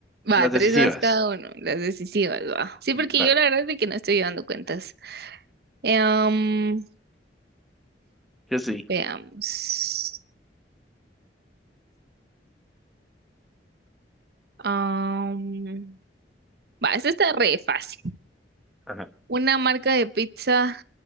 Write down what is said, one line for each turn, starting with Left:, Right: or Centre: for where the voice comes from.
Right: va,
Centre: las
Right: tres
Centre: decisivas.
Right: más cada uno, las decisivas, va. Sí,
Centre: Dale,
Right: porque yo la verdad es de que no estoy llevando cuentas. Em,
Centre: yo sí.
Right: veamos. Am, va, esta está re fácil.
Centre: Ajá.
Right: Una marca de pizza